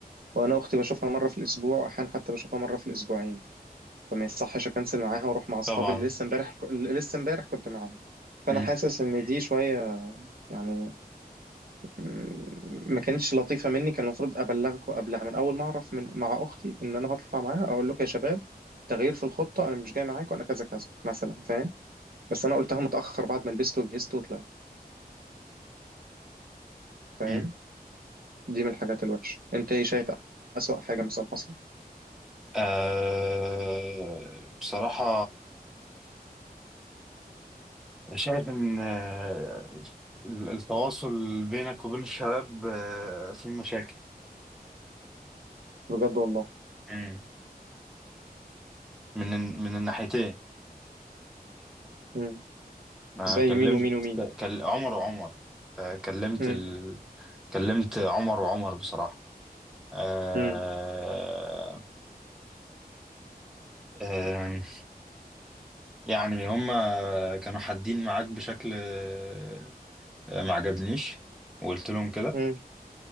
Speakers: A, on the right (about 65°); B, in the centre.
A: وانا اختي بشوفها مره في الاسبوع احيانا حتى بشوفها مره في الاسبوعين فما يصحش اكنسل معاها واروح مع اصحابي
B: طبعا
A: اللي لسه امبارح لسه امبارح كنت معاهم فانا
B: مم.
A: حاسس ان دي شويه يعني م- ما كانتش لطيفه مني كان المفروض ابلغكم قبلها من اول ما اعرف من مع اختي ان انا هطلع معاها اقول لكم يا شباب تغيير في الخطه انا مش جاي معاكم انا كذا كذا مثلا فاهم بس انا قلتها متاخر بعد ما لبست وجهزت وطلعت فاهم
B: مم.
A: دي من الحاجات الوحشه انت ايه شايف اسوأ حاجه مثلا حصلت
B: أه بصراحة شايف ان آه، التواصل بينك وبين الشباب آه، فيه مشاكل
A: بجد والله
B: مم. من من الناحيتين
A: مم.
B: انا
A: زي
B: كلمت
A: مين ومين ومين
B: كل عمر وعمر آه، كلمت
A: مم.
B: ال... كلمت عمر وعمر بصراحة أه...
A: مم.
B: آه، يعني هما كانوا حادين معاك بشكل آه، ما عجبنيش وقلت لهم كده
A: مم.